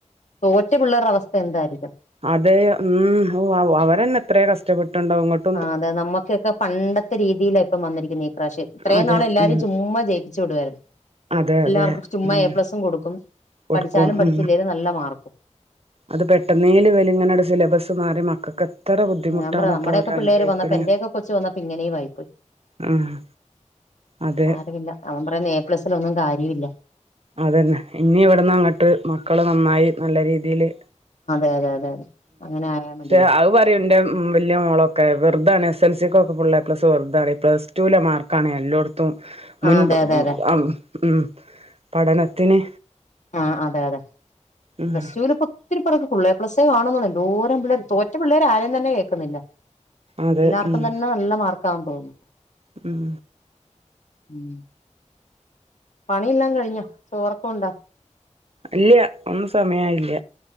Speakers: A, on the left; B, on the right.
A: തോറ്റ പിള്ളറടെ അവസ്ഥ എന്തായിരിക്കും
B: അതെ ഉം ഓ വാ വോ അവരന്നെ എത്രയ കഷ്ടപ്പെട്ട് ഉണ്ടാവും അങ്ങോട്ട്
A: ആഹ് അതെ നമ്മക്ക് ഇക്കെ പണ്ടത്തെ രീതിലാ ഇപ്പം വന്നിരിക്കുന്നെ ഈ പ്രാവശ്യം ഇത്രയും
B: അതെ
A: നാള്‌ എല്ലാരം
B: ഉം
A: ചുമ്മാ ജയി ച്ചൂ വിട്വാര്ന്ന്
B: അതെ
A: എല്ലാർക്കും
B: അതെ
A: ചുമ്മാ
B: ഉം
A: എ പ്ലസും കൊടുക്കും
B: കൊടുക്കും
A: പഠിച്ചാലും പഠിച്ചില്ലേലും
B: ഉം
A: നല്ല മാർക്കും
B: അത് പെട്ടെന്നേല് വെലങ്ങന ഒരു സിലബസ് മാറി മക്കൾക്ക് ബുദ്ധിമുട്ടാണ്
A: ഞാൻ പറയുവാ
B: ഇപ്പോ
A: നമ്മടെ
B: അവരനുഭവിക്കണെ
A: ഒക്കെ പിള്ളേര് വന്നപ്പോ എന്റെ ഒക്കെ കൊച്ചു വന്നപ്പോ ഇങ്ങനെയും ആയിപ്പോയി
B: ആഹ് അതെ
A: സാരമില്ല അവൻ പറയുന്നത് ഏ പ്ലസിലൊന്നും കാര്യവില്ല
B: അതന്നെ ഇനി ഇവിടന്ന് അങ്ങോട്ട് മക്കള് നന്നായി നല്ല രീതിയില്
A: അത അതെ അതെ അതെ അങ്ങനെ ആയാ മതി
B: ഏആവൂ അത് പറയും എന്റെ വെല്യ മോള് ഒക്കെ വെുതാണ് എസ് എൽ സി ഒക്കെ ഫുള്ള് എ പ്ലസ് വെറുതാണ് പ്ലസ്ടുലെ മാർക്കാണ് എല്ലോടത്തും തു മുൻപ്
A: ആ അതെ അതെ അതെ
B: ആഹ് ഉം ഉം ഉം പഠനത്തിന്
A: ആഹ് അതെ അതെ
B: ഉം
A: പ്ലസ്ടുവില് ഇപ്പ ഒതിരി പെർക്ക് ഫുള്ള് എ പ്ലസെ കാണുന്നെ ഒള്ളൂ എന്തോരം പിള്ളേര് തോറ്റ പിള്ളേര് ആരും തന്നെ കേൾക്കുന്നില്ല
B: അതെ
A: എല്ലാർക്കും
B: ഉം
A: തന്നെ നല്ല മാർക്കാന്ന് തോന്നുന്നു
B: ഉം
A: ഉം പണി ഇല്ലാം കഴിഞ്ഞ ചോറക്ക വെന്താ
B: ഇല്ല്യ ഒന്നും സമയയില്ല